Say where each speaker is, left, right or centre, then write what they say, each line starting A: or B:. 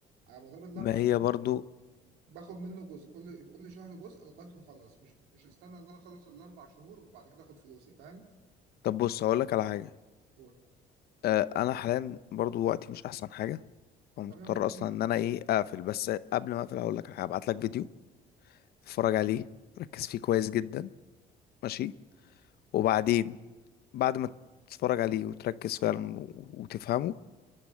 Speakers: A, on the right; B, on the left.
A: على مدار الاربع
B: ما هي
A: شهور
B: برضو
A: باخد منه جزء كل كل شهر جزء لغايه ما اخلص مش مش استنى ان انا اخلص الاربع شهور وبعد كده اخد فلوسي فاهم
B: طب بص هقولك على حاجة
A: هو
B: أه أنا حاليا برضو وقتي مش أحسن حاجة فمضطر
A: تمام ممكن
B: أصلا إن أنا إيه أقفل بس قبل ما أقفل هقولك على حاجة هبعتلك فيديو اتفرج عليه ركز فيه كويس جدا ماشي وبعدين بعد ما تتفرج عليه وتركز فعلا و- وتفهمه